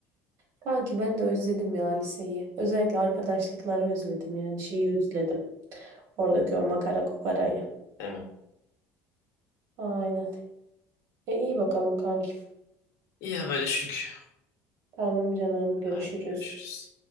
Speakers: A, on the right (about 55°); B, on the left (about 65°).
A: Kanki ben de özledim ya liseyi. Özellikle arkadaşlıkları özledim yani şeyi özledim. Oradaki o makara kukarayı.
B: Değil mi?
A: Aynen. E iyi bakalım kankim.
B: İyi haberleştik.
A: Tamam canım görüşürüz.
B: Hadi görüşürüz.